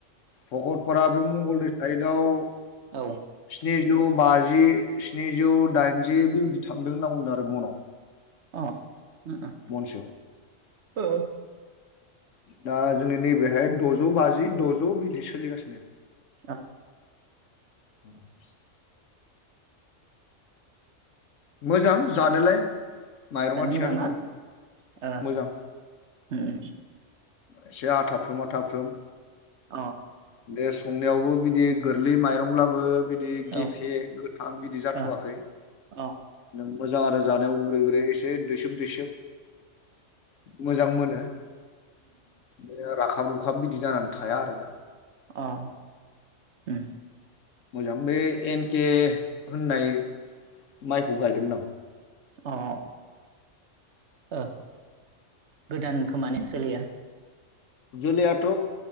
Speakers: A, on the left; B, on the right.
A: भकतपारा बे मंगलदै साइदाव
B: औ
A: स्नि जौ बाजि, स्निजौ दाइनजि बेबायदि थांदों होनना बुंदों आरो मनाव।
B: अ उम उम
A: महनसेयाव
B: औ
A: दा जोंनि नैबेहाय दजौ बाजि दजौ बिदि सोलिगासिनो।
B: आ
A: <unintelligible> मोजां जानोलाय। माइरङा
B: जानो
A: थिगानो
B: मोजां ना?
A: दं
B: ओ
A: मोजां
B: उ उ
A: एसे आथाफ्रोम आथाफ्रोम
B: अ
A: दे संनायावबो बिदि गोरलै माइरंब्लाबो बि बिदि गेफे
B: अ
A: गोथां बिदि जाथ'वाखै
B: अ अ
A: मोजां आरो जानायाव गुरै एसे दैसोब दैसोब मोजां मोनो बिदिनो राखाब- रु खाब बिदि जानानै थाया आरो दा।
B: अ ओम।
A: मोजां बे एनके होननाय माइखौ गायदोंमोन आं।
B: अ' ओ गोदान खोमाने जोलैया?
A: जोलैयाथ'